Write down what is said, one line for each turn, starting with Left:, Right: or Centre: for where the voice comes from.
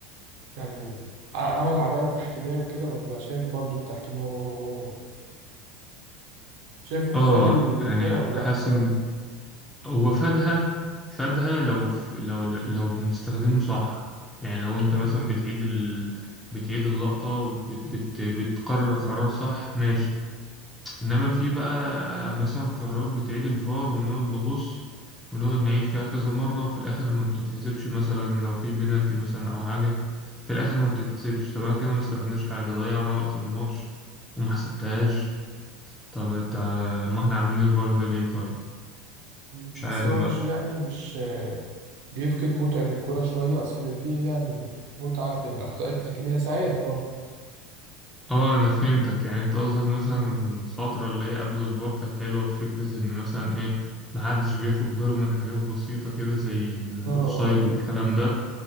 Right: يعني ع- عمل عدالة تحكيمية وكده ولا شايف برضو التحكيم هو هو شايفه
Centre: آه
Right: فادي الكورة
Centre: يعني
Right: ولا لأ
Centre: حاسس
Right: بصراحة؟
Centre: إن هو فادها فادها لو ف- لو لو بنستخدمه صح يعني لو أنت مثلا
Right: مم.
Centre: بتعيد ال... بتعيد اللقطة بت... بت... بتقرر قرار صح ماشي انما
Right: مم.
Centre: في بقى مثلا قرارات بتعيد الفار ونقعد نبص ونقعد نعيد فيها كذا مرة وفي الاخر ما بتتحسبش مثلا لو في بينالتي مثلا او حاجة في الاخر ما بتتحسبش طبعا كده ما استفدناش حاجة ضيعنا وقت من الماتش وما حسبتهاش طب انت ما احنا عاملين الفار ده ليه طيب
Right: بس
Centre: مش عارف
Right: هو
Centre: بقى
Right: مش يعني مش آه، بيفقد متعة الكرة شوية أصل في يعني متعة في الأخطاء التحكيمية ساعات برضه
Centre: اه انا فهمتك يعني انت قصدك مثلا
Right: مم.
Centre: الفترة اللي هي قبل الفار كانت حلوة في فكرة ان مثلا ايه محدش بياخد باله من حاجات بسيطة كده زي الأوفسايد
Right: اه اه
Centre: والكلام ده